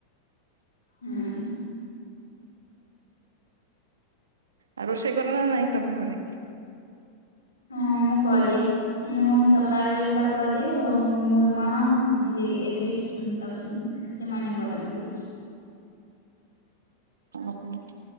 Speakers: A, on the left; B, on the right.
A: ହୁଁ <unintelligible>
B: ଆଉ ରୋଷେଇ କର ନା ନାଇଁ ତମ ଘରେ?
A: ହଁ ମୁଁ କରେ ମୁଁ ସକାଳ ବେଳେ ଟା କରେ। ଆଉ ମୋର ମା ଏବେ ତା ସେମାନେ କରନ୍ତି <unintelligible>
B: ଓହୋ।